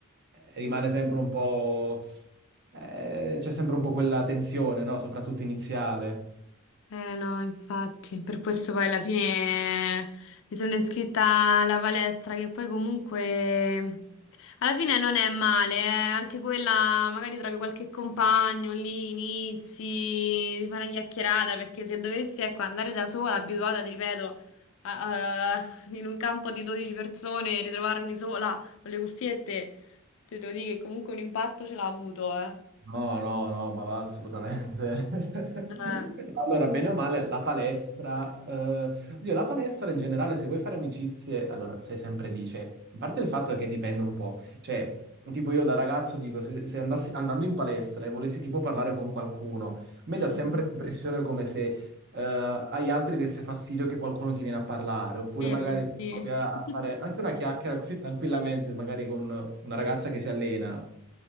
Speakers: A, on the right; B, on the left.
A: Eh, rimane sempre un po', eh, c'è sempre un po' quella tensione, no? Soprattutto iniziale.
B: Eh no, infatti, per questo poi alla fine mi sono iscritta alla palestra che poi comunque alla fine non è male, eh. Anche quella magari trovi qualche compagno lì, inizi, fai una chiacchierata perché se dovessi ecco, andare da sola, abituata, ti ripeto, a- a- <laughs> in un campo di 12 persone, ritrovarmi sola con le cuffiette, te devo dire che comunque un impatto ce l'ha avuto, eh.
A: No, no, no, ma va assolutamente.
B: Eh,
A: <laughs> Allora, bene o male, la palestra, eh, oddio, la palestra in generale, se vuoi fare amicizie, allora sei sempre lì. Cioè, a parte il fatto è che dipende un po'. Cioè, tipo io da ragazzo dico, se, se andassi andando in palestra e volessi tipo parlare con qualcuno, a me
B: mm,
A: dà sempre l'impressione come se eh, agli altri desse fastidio che qualcuno ti viene a parlare, oppure
B: vero,
A: magari
B: sì.
A: provi a a
B: <laughs>
A: fare anche una chiacchiera così tranquillamente, magari con una ragazza che si allena.